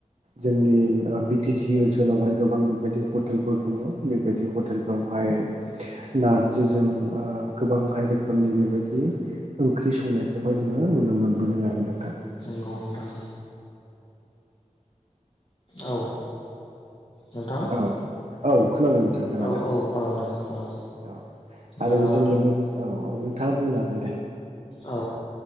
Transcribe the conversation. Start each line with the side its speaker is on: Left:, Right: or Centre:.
Right: जोंनि ओ बि टि सि ओनसोलावहाय गोबां बेबायदि हटेलफोर दङ बेबायदि हटेलफोरावहाय नार्जिजों ओ गोबांहाय रोखोमनि बेबायदि ओंख्रि संनायखौहाय जोङो नुनो मोनबोदों आरो नोंथां।
Left: नंगौ नोंथां औ नोंथां।
Right: औ औ खोनादों नोंथां खोनादों
Left: औ औ खोनादों औ
Right: औ आरो
Left: दा
Right: बेजों लोगोसे औ औ। नोंथाङा बुंनो हागोन दे।
Left: औ